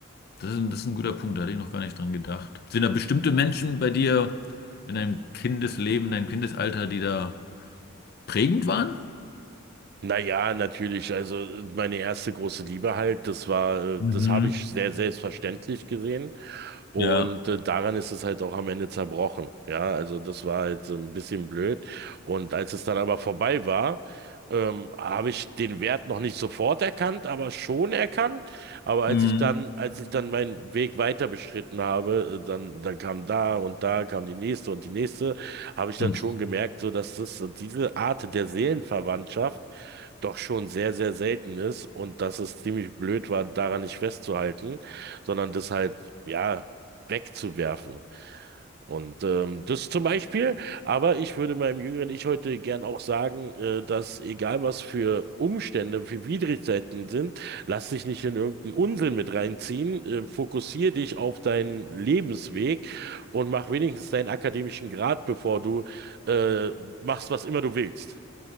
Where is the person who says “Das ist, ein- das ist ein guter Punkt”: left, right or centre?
Left